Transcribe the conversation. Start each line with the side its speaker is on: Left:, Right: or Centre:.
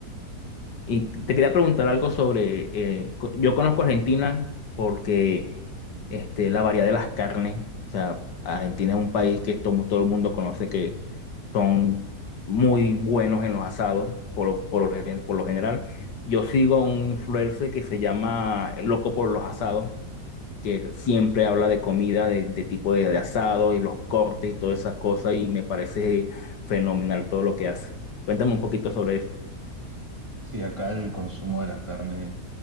Left: Y te quería preguntar algo sobre, eh, co- yo conozco Argentina porque este, la variedad de las carnes, o sea, Argentina es un país que to- todo el mundo conoce que son muy buenos en los asados, por lo, por lo gen- por lo general. Yo sigo a un influencer que se llama Loco por los Asados, que siempre habla de comida, de, de tipo de, de asado y los cortes y todas esas cosas, y me parece fenomenal todo lo que hace. Cuéntame un poquito sobre eso.
Right: Sí, acá el consumo de la carne